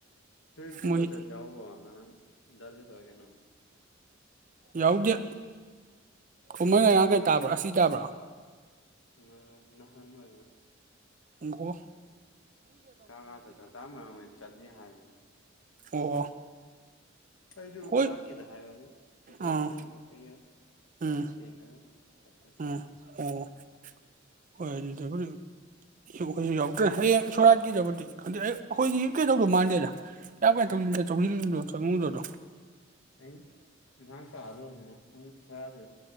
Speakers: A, on the left; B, on the right.
A: ꯍ ꯀꯩꯅꯣ
B: ꯃꯣꯏ
A: ꯆꯖꯎꯕ ꯗꯔꯖꯤ ꯇ ꯀꯩꯅꯣ
B: ꯌꯥꯎꯗꯦ ꯀꯨꯝꯃꯍꯩ ꯉꯔꯥꯡ ꯀꯩ ꯇꯥꯕ꯭ꯔꯥ ꯑꯁꯤ ꯇꯥꯕ꯭ꯔꯥ
A: ꯎ ꯅꯍꯥꯟꯃ
B: ꯎꯕꯨ
A: ꯀ ꯉꯥ ꯆ ꯆꯥ ꯃꯔꯝꯣꯏ ꯆꯠꯅꯤ ꯍꯥꯏꯕꯅ
B: ꯑꯣ
A: ꯎꯝ ꯑꯩꯁꯨ
B: ꯍꯣꯏ
A: ꯂꯥꯛꯀꯦꯗ ꯍꯥꯏꯕꯗ ꯕꯣꯟ
B: ꯑꯥ
A: ꯌꯦꯡꯕ ꯀꯩ ꯌꯥꯎꯕ
B: ꯎꯝ
A: ꯊꯦꯡꯉꯦꯗ ꯆꯠꯇ
B: ꯎꯝ ꯑꯣ ꯍꯣꯏ ꯑꯗꯨ ꯑꯗꯨꯗꯤ ꯐ ꯑꯩꯈꯣꯏꯁꯨ ꯌꯥꯎꯗ꯭ꯔꯦ ꯍꯌꯦꯡ ꯁꯣꯔꯥꯠꯀꯤꯗꯕꯨꯗꯤ ꯈꯪꯗꯦ ꯑꯩꯈꯣꯏꯗꯤ ꯀꯩꯗꯧꯗꯧ ꯃꯥꯟꯗꯦꯗ ꯌꯥꯝ ꯀꯅ ꯇꯧ ꯆꯪꯁꯤꯟꯗꯣ ꯆꯪꯉꯨꯗꯗꯣ
A: ꯑ ꯏꯐꯥꯡ ꯇꯥꯗꯧꯅꯤꯅ ꯑꯩ ꯊꯔꯁꯨ